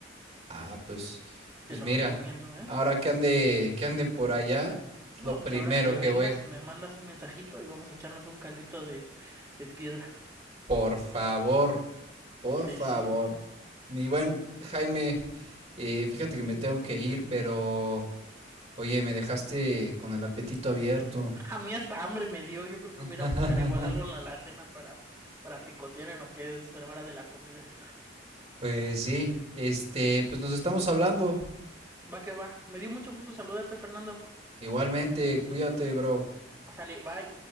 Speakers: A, on the right (about 35°); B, on the right (about 15°).
A: Ah, pues, pues
B: Te lo
A: mira.
B: recomiendo, ¿eh?
A: Ahora que ande, que ande por allá, es
B: No,
A: lo primero
B: pues ahora que
A: que
B: vengas,
A: voy a ir.
B: me mandas un mensajito y vamos a echarnos un caldito de, de piedra.
A: Por favor. Por
B: Sí,
A: favor.
B: sí.
A: Mi buen Jaime, eh, fíjate que me tengo que ir, pero oye, me dejaste con el apetito abierto.
B: A mí hasta hambre me dio. Yo creo que
A: <laughs>
B: voy a ir a buscar igual algo en la alacena para, para picotear en lo que es la hora de la comida.
A: Pues sí, este, pues nos estamos hablando.
B: Va que va. Me dio mucho gusto saludarte, Fernando.
A: Igualmente, cuídate, bro.
B: Sale, bye.